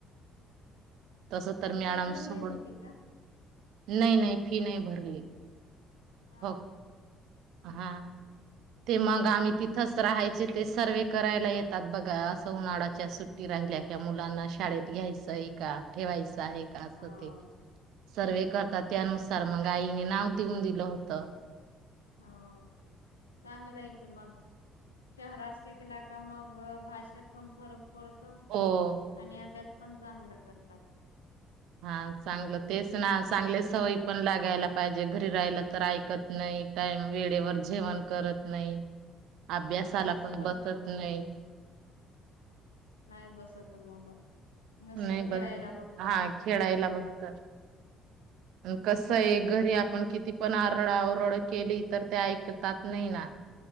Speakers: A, on the right (about 60°); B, on the left (about 80°).
A: तस तर मॅडम
B: फी भरली
A: सोडून
B: होती का
A: नाही नाही फी नाही भरली.
B: हां.
A: फक्त हा, ते मग आम्ही तिथच राहायचे ते सर्वे करायला येतात बघा असं उन्हाळ्याच्या सुट्टी राहिल्या का मुलांना शाळेत घ्यायचंय का? ठेवायचं आहे का अस
B: हो
A: ते सर्वे करता त्यानुसार मग आईने नाव देऊन दिलं होत.
B: हो चांगलं आहे की मग शहरात शिकला का मग भाषात पण फरक पळतो
A: हो
B: आणि अभ्यास पण चांगला करतो. <unintelligible>
A: हा चांगलं तेच ना चांगल्या सवयी पण लागायला पाहिजे. घरी राहिलं तर ऐकत नाही टाईम वेळेवर जेवण करत नाही. अभ्यासाला
B: तसच
A: पण
B: करतात
A: बसत
B: <unintelligible>
A: नाही
B: नाही बसत मुलं. नुसतं
A: नाही
B: खेळायला
A: बसत
B: बघतात
A: हा खेळायला
B: दिवस
A: बघतात
B: भर
A: कस आहे घरी आपण किती पण आरडाहोत <unintelligible> केली तर ते ऐकतात नाही ना